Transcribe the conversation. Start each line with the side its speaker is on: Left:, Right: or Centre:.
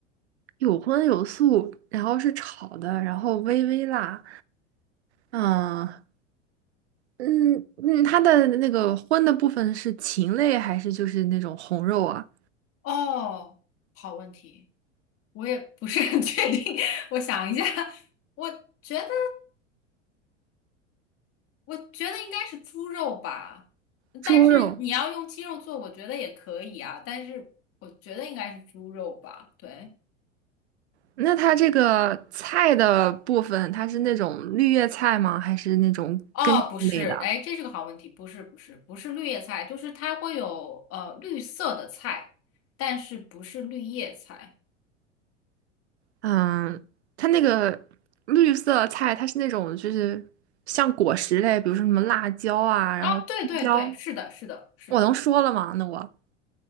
Right: 有荤有素，然后是炒的，然后微微辣。啊，嗯嗯，它的那个荤的部分是禽类还是就是那种红肉啊？
Left: 哦，好问题，我也不是很确定，<laughs> 我想一下，我觉得。我觉得应该是猪肉吧，
Right: 猪肉。
Left: 但是你要用鸡肉做，我觉得也可以啊。但是我觉得应该是猪肉吧。对，
Right: 那它这个菜的部分，它是那种绿叶菜吗？还是那种根茎类的？
Left: 哦，不是，哎，这是个好问题，不是，不是，不是绿叶菜，就是它会有呃绿色的菜，但是不是绿叶菜
Right: 嗯，它那个绿色菜，它是那种就是像果实类，比如说什么辣椒啊，然后青椒。
Left: 啊？对对对，是的，是的，是的。
Right: 我能说了吗？那我